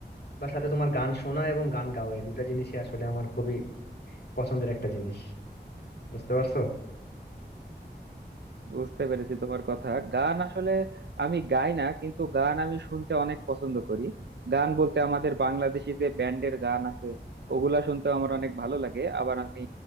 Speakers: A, on the left; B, on the right.
A: বা সাথে তোমার গান শোনা এবং গান গাওয়া এই দুটা জিনিসই আসলে আমার খুবই পছন্দের একটা জিনিস বুঝতে পারছো
B: বুঝতে পেরেছি তোমার কথা গান আসলে আমি গাই না কিন্তু গান আমি শুনতে অনেক পছন্দ করি গান বলতে আমাদের বাংলাদেশি যে ব্যান্ডের গান আছে ওগুলা শুনতে আমার অনেক ভালো লাগে আবার আমি